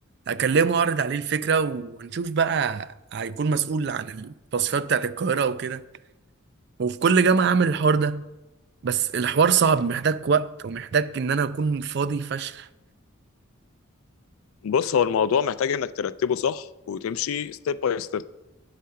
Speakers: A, on the right; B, on the left.
A: اكلمه اعرض عليه الفكره وهنشوف بقى هيكون مسؤول عن التصفيات بتاعت القاهره وكده وفي كل جامعه اعمل الحوار ده بس الحوار صعب محتاج وقت ومحتاج ان انا اكون فاضي فشخ
B: بص هو الموضوع محتاج انك ترتبه صح وتمشي ستيب باي ستيب